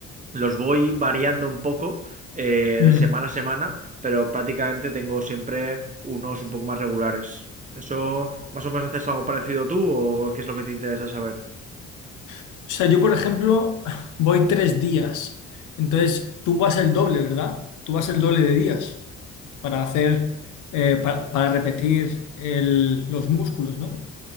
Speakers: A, on the right (about 25°); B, on the left (about 85°).
A: los voy variando un poco eh,
B: mm.
A: de semana a semana, pero prácticamente tengo siempre unos un poco más regulares. ¿Eso más o menos haces algo parecido tú o qué es lo que te interesa saber?
B: O sea, yo, por ejemplo, voy tres días. Entonces, tú vas el doble, ¿verdad? Tú vas el doble de días para hacer, eh, pa- para, repetir el- los músculos, ¿no?